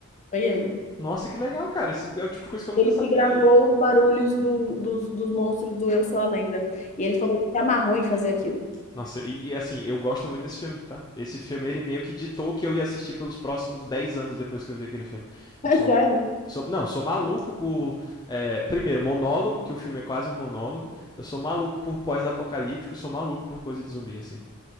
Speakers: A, on the left (about 35°); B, on the left (about 20°).
A: foi ele.
B: Nossa, que legal, cara. Esse é o tipo de coisa que eu nunca
A: Ele
B: sabia.
A: que gravou
B: E-
A: os barulhos do- dos, dos monstros do Eu Sou a Lenda. E ele falou que se amarrou em fazer aquilo.
B: Nossa, e assim, eu gosto muito desse filme, tá? Esse filme, ele meio que ditou que eu ia assistir pelos próximos 10 anos depois que eu vi aquele filme. Eu
A: É
B: sou.
A: sério?
B: sou não, sou maluco por. é, primeiro, monólogo, que o filme é quase um monólogo. Eu sou maluco por pós-apocalíptico e sou maluco por coisa de zumbi, assim.